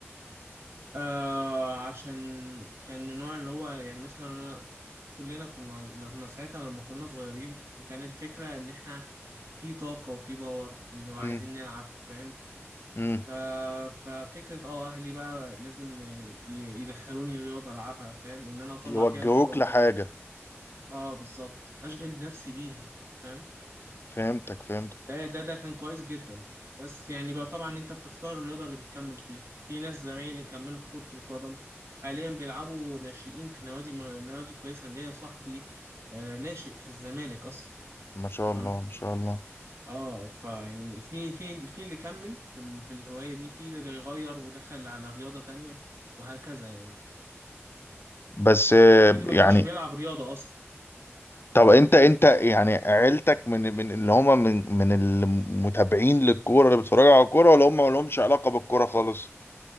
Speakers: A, on the right (about 65°); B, on the left (about 55°).
A: آه عشان كان من النوع اللي هو يعني مثلا أنا كلنا كنا لما ساعتها لما كنا صغيرين فكان الفكرة إن إحنا في طاقة وفي باور بنبقى
B: مم.
A: عايزين نلعب فاهم
B: مم.
A: ف... ففكرة اه أهلي بقى لازم ي- يدخلوني رياضة ألعبها فاهم إن أنا أطلع
B: يوجهوك
A: فيها الباور
B: لحاجة
A: ده اه بالظبط أشغل نفسي بيها فاهم
B: فهمتك فهمتك
A: ده ده ده كان كويس جدا بس يعني بقى طبعا انت بتختار الرياضة اللي بتكمل فيها في ناس زمايلي كملوا في كرة القدم حاليا بيلعبوا ناشئين في نوادي نوادي كويسة ليا صاحبي آه ناشئ في الزمالك اصلا
B: ما شاء
A: تمام
B: الله ما شاء الله
A: اه فيعني في في في اللي كمل في, ال- في الهواية دي في اللي غير ودخل على رياضة تانية وهكذا يعني
B: بس آه،
A: في اللي ما
B: يعني
A: كانش بيلعب رياضة اصلا
B: طب انت انت يعني عيلتك من من اللي هم من من المتابعين للكوره اللي بيتفرجوا على الكوره ولا هم ما لهمش علاقه بالكوره خالص